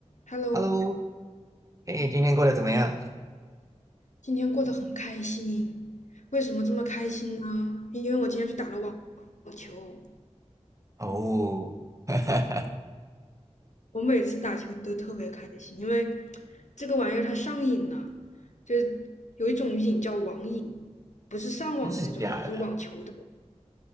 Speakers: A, on the left; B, on the right.
A: Hello，
B: Hello，哎，今天过得怎么样？
A: 今天过得很开心。为什么这么开心呢？因为我今天去打了网网球。
B: 哦，<laughs>
A: 我每次打球都特别开心，因为这个玩意儿它上瘾呢，就是有一种瘾叫网瘾，不是上网的那种瘾，
B: 真的假的？
A: 是网球的